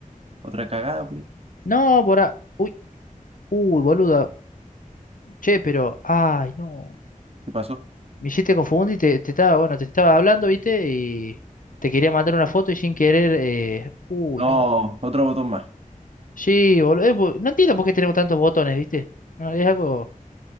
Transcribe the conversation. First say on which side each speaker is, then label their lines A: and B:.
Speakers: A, on the right (about 45°); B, on the left (about 70°).
A: otra cagada por ahí?
B: No, por ahí. Uy, uy, boluda. Che, pero. Ay, no.
A: ¿Qué pasó?
B: me hiciste confundir te, te estaba, bueno, te estaba hablando, ¿viste? Y te quería mandar una foto y sin querer, eh, uy,
A: No,
B: no.
A: otro botón más.
B: Sí, boludo, eh, bo- no entiendo por qué tenemos tantos botones, ¿viste? No, es algo,